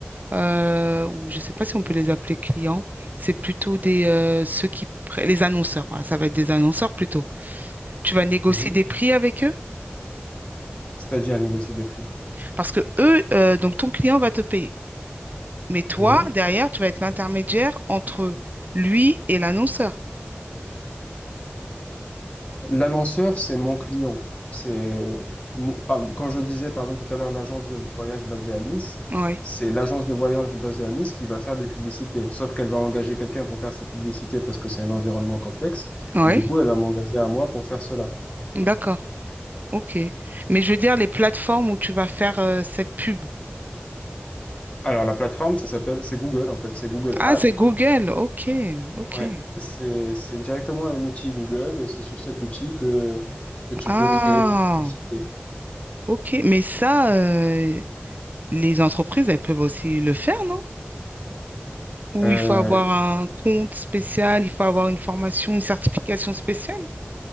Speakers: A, on the right (about 45°); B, on the left (about 30°).
A: Euh, ou je ne sais pas si on peut les appeler clients. C'est plutôt des, euh, ceux qui, pr- les annonceurs. Voilà, ça va être des annonceurs plutôt. Tu vas négocier
B: Mhm.
A: des prix avec eux
B: C'est-à-dire négocier des prix.
A: parce que eux, euh, donc ton client va te payer. Mais toi,
B: Mhm.
A: derrière, tu vas être l'intermédiaire entre lui et l'annonceur.
B: L'annonceur, c'est mon client. C'est mon- ah, quand je disais par exemple tout à l'heure l'agence de voyage basée à Nice,
A: Oui,
B: c'est l'agence de voyage basée à Nice qui va faire des publicités. Sauf qu'elle va engager quelqu'un pour faire ses publicités parce que c'est un environnement complexe.
A: oui,
B: Et du coup, elle va m'engager à moi pour faire cela.
A: d'accord. Ok. Mais je veux dire, les plateformes où tu vas faire euh, cette pub.
B: Alors la plateforme, ça s'appelle, c'est Google en fait, c'est Google
A: Ah,
B: Ads.
A: c'est Google. Ok, ok.
B: Ouais, c'est c'est directement un outil Google et c'est sur cet outil que que tu
A: Ah,
B: peux créer tes publicités.
A: ok. Mais ça, euh, les entreprises, elles peuvent aussi le faire, non? Ou
B: Euh,
A: il faut avoir un compte spécial, il faut avoir une formation, une certification spéciale?